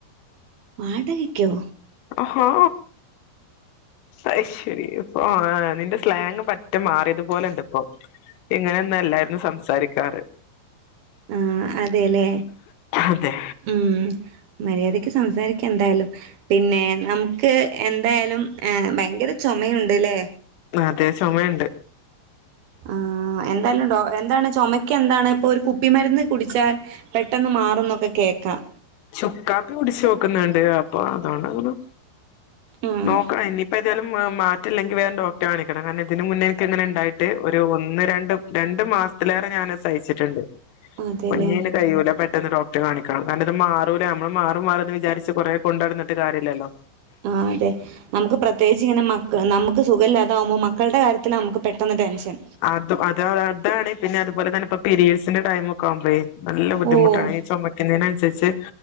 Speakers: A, on the right (about 75°); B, on the left (about 80°).
A: വാടകക്കോ
B: അഹാ അയ്ശരി ഇപ്പൊ നിന്റെ സ്ലാങ്‌ പറ്റെ മാറിയത് പോലെണ്ട് ഇപ്പൊ ഇങ്ങനെ ഒന്നു അല്ലായിരുന്നു സംസാരിക്കാറ്
A: ആഹ് അതേല്ലേ
B: അതെ
A: ഉം മര്യാദക്ക് സംസാരിക്കെന്തായാലും പിന്നെ നമുക്ക് എന്തായാലും ഭയങ്കര ചുമയുണ്ട്ല്ലേ
B: മ് ആഹ് അതെ ചുമയുണ്ട്
A: ആഹ് എന്തായാലും ഡോ എന്താണ് ചുമക്കന്താണ് ഇപ്പൊ ഒരു കുപ്പിമരുന്ന് കുടിച്ചാൽ പെട്ടെന്ന് മാറുന്നൊക്കെ കേക്കാം
B: ചുക്കാപ്പി കുടിച്ചു നോക്കുന്നുണ്ട് അപ്പൊ അതൊണ്ടങ്ങനെ
A: ഉം
B: നോക്കണം ഇനി ഇപ്പ ന്തേലും മാ മാറ്റല്ലെങ്കിൽ വേഗം ഡോക്ടറെ കാണിക്കണം കാരണം ഇതിന മുന്നേ എനിക്ക്ങ്ങനെ ഇണ്ടായിട്ട് ഒരു ഒന്ന് രണ്ട് രണ്ട് മാസ തിലേറെ ഞാനത് സഹിച്ചിട്ടുണ്ട്
A: അതെല്ലേ
B: പ്പഞ്ഞിയിന് കഴിയൂല പേ ഇന്ന് ഡോക്ടറെ കാണിക്കണം കാരണം ഇത് മാറൂലേ നമ്മള് മാറും മാറുന്ന് വിചാരിച്ച് കൊറെ കൊണ്ടടന്നിട്ട് കാര്യല്ലല്ലോ
A: ആഹ് അതെ നമുക്ക് പ്രത്യേകിച്ചിങ്ങനെ മക്ക നമുക്ക് സുഖംമല്ലാതാവുമ്പോ മക്കളുടെ കാര്യ ത് നമുക്ക് പെട്ടെന്ന് ടെൻഷൻ
B: അത് അത അതാണ് പിന്നെതുപോലെ തന്നെപ്പൊ പിരീഡ്സിന്റെ ടൈം ഒക്കെ ആകുമ്പഴേ നല്ല ബുദ്ധിമുട്ടാണ്
A: ഓഹ്
B: ഈ ചുമക്കുന്നതിനനുസരിച്ച്